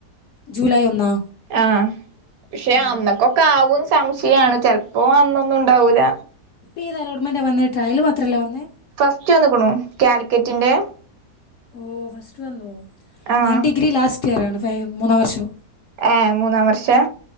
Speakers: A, on the left; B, on the right.
A: ജൂലൈ ഒന്നാ?
B: ആഹ് പക്ഷെ
A: ഓ
B: അന്നക്കൊക്കെ ആവുന്ന് സംശയാണ് ചെൽപ്പോ അന്നൊന്നുണ്ടാവൂല.
A: ഏത് അലോട്ട്മെൻ്റാ വന്ന്, ട്രയല് മാത്രല്ലേ വന്ന്.
B: ഫസ്റ്റ് വന്നിക്ക്‌ണു കാലിക്കറ്റിന്റെ
A: ഓ ഫസ്റ്റ് വന്നു,
B: ആഹ്
A: ഞാൻ ഡിഗ്രി ലാസ്റ്റ് ഇയർ ആണ് ഫൈ മൂന്നാം വർഷം
B: ഏ മൂന്നാം വർഷാ?